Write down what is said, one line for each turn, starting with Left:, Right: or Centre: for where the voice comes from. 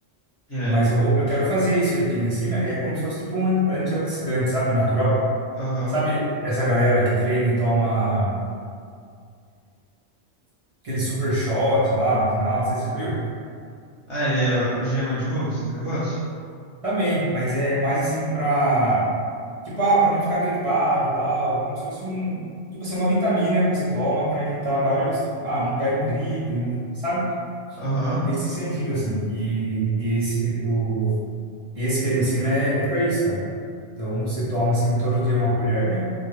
Left: É,
Right: Mas eu, vou, eu quero fazer isso aí que ele ensina, e é como se fosse tipo um an- antioxidante, sabe? Natural.
Left: aham.
Right: Sabe essa galera que treina e toma aquele super shot lá, matinal, não sei se você já viu?
Left: Ah, é, ó,
Right: Sim.
Left: gema de ovo, esses negócios?
Right: Também, mas é mais assim pra, tipo, ah, pra não ficar gripado e tal, como se fosse um, tipo assim, uma vitamina que você toma pra evitar vários, tipo, ah, não pego gripe, não, sabe?
Left: Aham.
Right: Nesse sentido, assim, e, e esse, o, esse que ele ensina é, é pra isso, cara. Então, você toma, assim, todo dia uma colher, né?